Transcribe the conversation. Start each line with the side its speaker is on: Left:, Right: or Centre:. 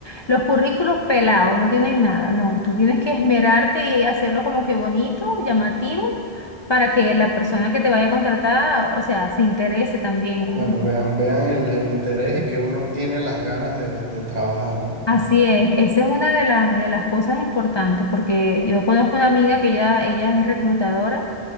Left: los currículos pelados no tienen nada. No, tú tienes que esmerarte y hacerlo como que bonito, llamativo, para que la persona que te vaya a contratar, o sea, se interese también.
Right: Claro, vean, vean el, el interés y que uno tiene las ganas de, de trabajar, ¿no?
Left: Así es, esa es una de las, de las cosas importantes, porque yo conozco una amiga que ya, ella es reclutadora